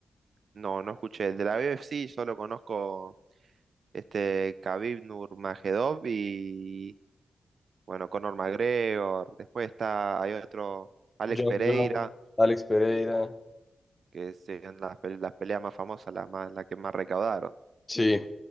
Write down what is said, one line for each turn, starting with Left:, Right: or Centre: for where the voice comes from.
Right: No, no escuché. De la UFC solo conozco este Khabib Nurmagomedov y, bueno, Conor McGregor. Después está, hay otro, Alex
Left: John
Right: Pereira,
Left: John Alex Pereira.
Right: que son las, pe- las peleas más famosas, las más, las que más recaudaron.
Left: Sí,